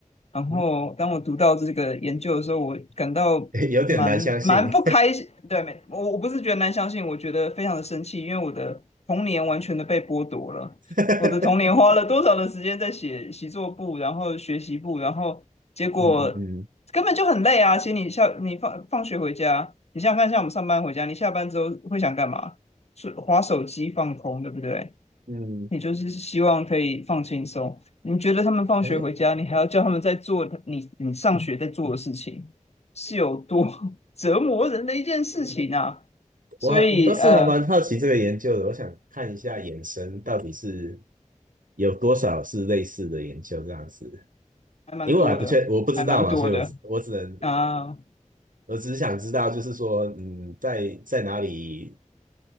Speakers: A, on the left (about 50°); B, on the right (about 85°).
A: 然后，
B: 嗯，
A: 当我读到这个研究的时候，我感到蛮蛮不开心，
B: <laughs> 有点难相信。
A: 对，没，我我不是觉得难相信，我觉得非常的生气，因为我的童年完全的被剥夺了。
B: <laughs>
A: 我的童年花了多少的时间在写习作簿，然后学习簿，然后结果根本就很累啊。
B: 嗯嗯
A: 其实你下你放放学回家，你想想看，像我们上班回家，你下班之后会想干嘛？是滑手机放空，对不对？
B: 嗯
A: 你就是希望可以放轻松。你觉得他们放学回家，
B: 嗯，诶
A: 你还要叫他们在做你你上学在做的事情，是有多 <laughs> 折磨人的一件事情啊！所以呃，
B: 我我倒是还蛮好奇这个研究的，我想看一下衍生到底是有多少是类似的研究这样子，
A: 还蛮多的，
B: 因为我还不确，我不知道嘛，
A: 还蛮多的
B: 所以我只我只能
A: 啊
B: 我只是想知道，就是说，嗯，在在哪里